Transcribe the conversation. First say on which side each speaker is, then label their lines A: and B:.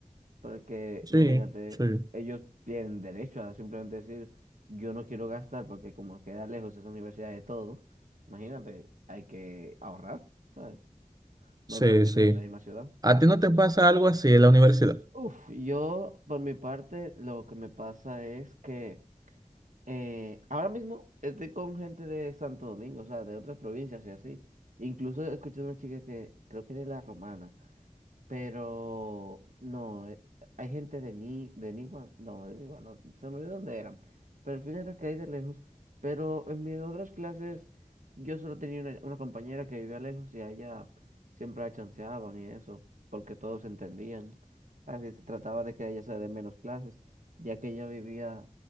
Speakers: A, on the right (about 70°); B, on the right (about 30°).
A: pero es que,
B: Sí,
A: imagínate,
B: sí,
A: ellos tienen derecho a simplemente decir, yo no quiero gastar porque como queda lejos esa universidad de todo, imagínate, hay que ahorrar, ¿sabes?
B: sí,
A: No todos viven
B: sí.
A: en la misma ciudad.
B: ¿A ti no te pasa algo así en la universidad?
A: Uf, yo por mi parte lo que me pasa es que eh, ahora mismo estoy con gente de Santo Domingo, o sea, de otras provincias y así. Incluso escuché una chica que creo que era de la Romana Pero no, eh, hay gente de Ni, de Niwa, no, de Niwa, no, se me olvidó dónde eran. Pero al final era que hay de lejos. Pero en mis otras clases, yo solo tenía una, una compañera que vivía lejos y a ella siempre la chanceaban y eso, porque todos se entendían. Así se trataba de que a ella se dé menos clases, ya que ella vivía